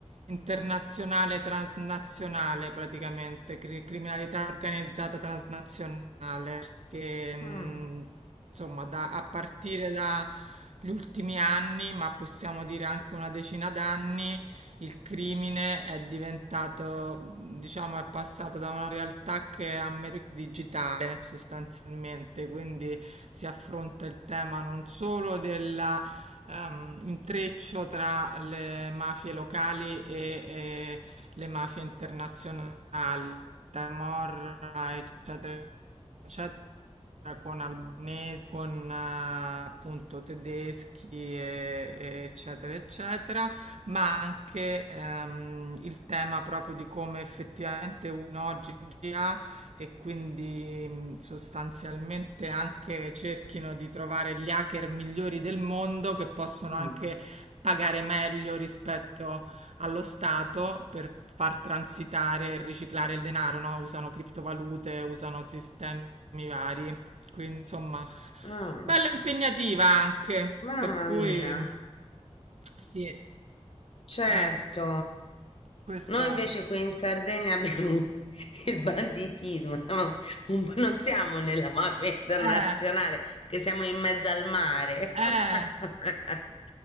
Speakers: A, on the right; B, on the left.
A: internazionale, transnazionale praticamente, cri- criminalità organizzata transnazionale, che mh,
B: mm,
A: insomma da- a partire dagli ultimi anni, ma possiamo dire anche una decina d'anni, il crimine è diventato, diciamo, è passato da una realtà che è a metà digitale sostanzialmente, quindi si affronta il tema non solo della ehm, intreccio tra le mafie locali e, e le mafie internazionali, Camorra, eccetera, eccetera con albanesi, con eh, appunto tedeschi, e- e eccetera, eccetera, ma anche ehm, il tema proprio di come effettivamente uno oggi ha e quindi mh, sostanzialmente anche cerchino di trovare gli hacker migliori del mondo che possono
B: mm,
A: anche pagare meglio rispetto allo Stato per far transitare e riciclare il denaro, no? Usano criptovalute, usano sistemi vari. Quindi, insomma,
B: mm.
A: bella impegnativa anche,
B: Mamma
A: per cui
B: mia,
A: sì,
B: Certo,
A: eh, questo
B: noi
A: è.
B: invece qui in Sardegna abbiamo <laughs> il banditismo, siamo un po' non siamo nella mafia internazionale,
A: Eh,
B: che siamo in mezzo al mare.
A: eh,
B: <laughs>